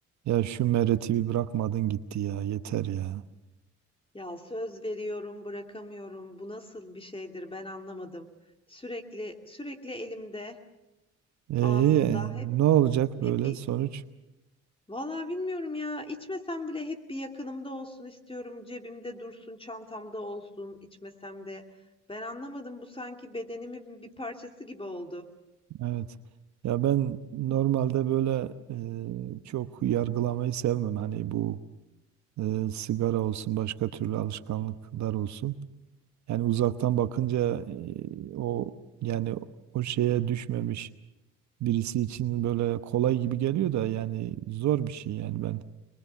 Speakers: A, on the right; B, on the left.
A: Ya şu Meret'i bir bırakmadın gitti ya yeter ya.
B: Ya söz veriyorum, bırakamıyorum. Bu nasıl bir şeydir ben anlamadım. Sürekli sürekli elimde,
A: Ee,
B: ağzımda hep
A: ne olacak
B: hep
A: böyle
B: bir
A: sonuç?
B: Vallahi bilmiyorum ya. İçmesem bile hep bir yakınımda olsun istiyorum. Cebimde dursun, çantamda olsun, içmesem de. Ben anlamadım. Bu sanki bedenimin bir parçası gibi oldu.
A: Evet. Ya ben normalde böyle e, çok yargılamayı sevmem. Hani bu e, sigara olsun başka türlü alışkanlıklar olsun. Yani uzaktan bakınca e, o yani o şeye düşmemiş birisi için böyle kolay gibi geliyor da yani zor bir şey yani ben